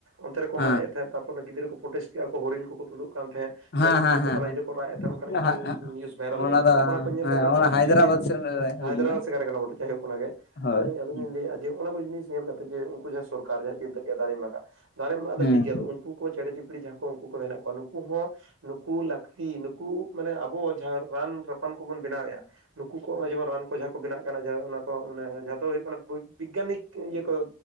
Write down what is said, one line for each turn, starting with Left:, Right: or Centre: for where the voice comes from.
Right: ᱚᱱᱛᱮ ᱨᱮᱠᱚ
Left: ᱦᱮᱸ
Right: ᱢᱟᱜ ᱮᱫ ᱛᱟᱸᱦᱮᱫ, ᱛᱟᱨᱯᱚᱨ ᱜᱤᱫᱽᱨᱟᱹ ᱠᱚ ᱯᱨᱚᱴᱮᱥᱴ ᱠᱮᱜ-ᱟ ᱟᱠᱚ ᱦᱚᱨᱤᱱ ᱠᱚᱠᱚ ᱛᱩᱫᱩᱜ ᱠᱟᱱ ᱛᱟᱸᱦᱮᱫ᱾ ᱪᱮᱬᱮ
Left: ᱦᱮᱸ
Right: ᱪᱩᱯᱲᱤ
Left: ᱦᱮᱸ
Right: ᱠᱚ
Left: ᱦᱮᱸ
Right: ᱛᱟᱞᱟ ᱧᱤᱫᱟᱹ ᱠᱚ ᱨᱟᱜ ᱮᱫ ᱛᱟᱦᱮᱸᱜ,
Left: ᱦᱮᱸ
Right: ᱚᱱᱠᱟᱱᱟᱜ ᱠᱤᱪᱷᱩ ᱱᱤᱭᱩᱥ ᱵᱷᱟᱭᱨᱟᱞ ᱞᱮᱱᱟ,
Left: ᱫᱚ
Right: ᱟᱫᱚ ᱚᱱᱟ ᱠᱚ ᱧᱮᱞ
Left: ᱦᱮᱸ
Right: ᱠᱟᱛᱮ ᱠᱷᱟᱨᱟᱯ
Left: ᱚᱱᱟ
Right: ᱵᱩᱡᱷᱟᱹᱜᱼᱟ
Left: ᱦᱟᱭᱫᱨᱟᱵᱟᱫᱽ
Right: ᱡᱮ
Left: ᱥᱮᱱ ᱨᱮ
Right: ᱦᱮᱸ
Left: ᱦᱩᱭ
Right: ᱦᱟᱭᱫᱨᱟᱵᱟᱫᱽ
Left: ᱞᱮᱱᱟ
Right: ᱥᱮᱠᱟᱨ ᱠᱟᱱᱟ ᱵᱚᱴᱮ ᱡᱟᱭᱦᱳᱠ ᱚᱱᱟ ᱜᱮ᱾
Left: ᱦᱳᱭ
Right: ᱟᱫᱚᱞᱤᱧ-ᱟ
Left: ᱦᱮᱸ
Right: ᱡᱮ ᱚᱱᱟ ᱠᱚ ᱡᱤᱱᱤᱥ ᱧᱮᱞ ᱠᱟᱛᱮ ᱡᱮ ᱩᱱᱠᱩ ᱡᱟᱦᱟᱸ ᱥᱚᱨᱠᱟᱨ ᱡᱟᱦᱟᱸ ᱪᱤᱱᱛᱟᱹ ᱠᱼᱟ <unintelligible> ᱫᱟᱨᱮ ᱢᱟᱜᱟ ᱫᱟᱨᱮᱢ ᱮ ᱢᱟᱜᱫᱟ
Left: ᱦᱮᱸ
Right: ᱴᱷᱤᱠ ᱜᱮᱭᱟ᱾ ᱩᱱᱠᱩ ᱪᱮᱬᱮ ᱪᱤᱯᱲᱤ ᱡᱟᱸᱦᱟ ᱠᱚ ᱩᱱᱠᱩ ᱠᱚ ᱫᱚ ᱢᱮᱱᱟᱜ ᱠᱚᱣᱟ, ᱱᱩᱠᱩ ᱦᱚᱸ᱾ ᱱᱩᱠᱩ ᱞᱟᱹᱠᱛᱤ ᱱᱩᱠᱩ ᱢᱟᱱᱮ ᱟᱵᱚ ᱡᱟᱸᱦᱟ ᱨᱟᱱ ᱨᱟᱯᱟᱱ ᱠᱚᱵᱚᱱ ᱵᱮᱱᱟᱣᱮᱜᱼᱟ᱾ ᱱᱩᱠᱩ ᱠᱚ ᱡᱮᱢᱚᱱ ᱨᱟᱱ ᱠᱚ ᱡᱟᱸᱦᱟ᱾ ᱠᱚ ᱵᱮᱱᱟᱜ ᱠᱟᱱᱟ ᱡᱮ ᱚᱱᱟ ᱠᱚ ᱢᱟᱱᱮ ᱡᱟᱸᱦᱟ ᱫᱚ ᱦᱩᱭᱩᱜ ᱠᱟᱱᱟ ᱵᱤᱜᱽᱜᱟᱱᱤᱠ ᱤᱭᱟᱹ ᱠᱚ